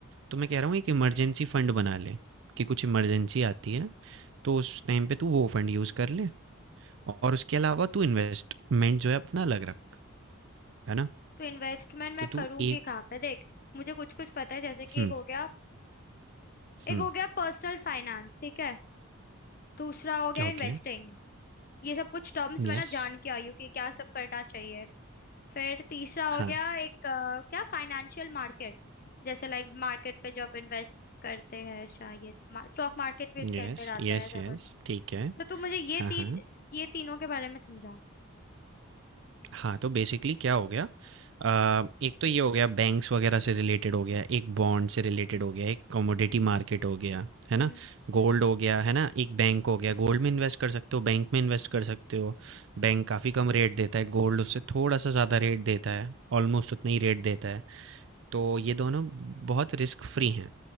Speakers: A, on the right; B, on the left.
A: तो मैं कह रहा हूँ एक इमरजेंसी फंड बना ले कि कुछ इमरजेंसी आती है तो उस टाइम पे तू वो फंड यूज़ कर ले और उसके अलावा तू इन्वेस्टमेंट जो है अपना अलग रख है ना
B: तो इन्वेस्टमेंट मैं
A: तो तू
B: करूंगी
A: एक
B: कहाँ पे देख मुझे कुछ कुछ पता है जैसे कि
A: हम्म
B: एक हो गया एक
A: हम्म
B: हो गया पर्सनल फाइनेंस ठीक है दूसरा हो गया
A: ओके
B: इन्वेस्टिंग ये सब कुछ टर्म्स मैं
A: यस
B: ना जान के आई हूँ कि क्या सब करना चाहिए फिर तीसरा हो
A: हाँ
B: गया एक अ, क्या फाइनेंशियल मार्केट्स जैसे लाइक मार्केट पे जो आप इन्वेस्ट करते हैं शायद स्टॉक मार्केट भी इसके
A: यस
B: अंडर आता
A: यस
B: है ऐसा
A: यस
B: कुछ
A: ठीक है
B: तो तू मुझे ये
A: हाँ
B: तीन
A: हाँ
B: ये तीनों के बारे में समझा
A: हाँ तो बेसिकली क्या हो गया अ, एक तो ये हो गया बैंक्स वगैरह से रिलेटेड हो गया एक बॉन्ड से रिलेटेड हो गया एक कमोडिटी
B: हम्म
A: मार्केट हो गया है
B: हम्म
A: ना
B: हम्म
A: गोल्ड हो गया है ना एक बैंक हो गया
B: हम्म
A: गोल्ड में इन्वेस्ट कर सकते हो बैंक में इन्वेस्ट कर सकते हो बैंक काफ़ी कम रेट देता है गोल्ड उससे थोड़ा सा ज़्यादा रेट देता है ऑलमोस्ट उतना ही रेट देता है तो ये दोनों बहुत रिस्क फ्री हैं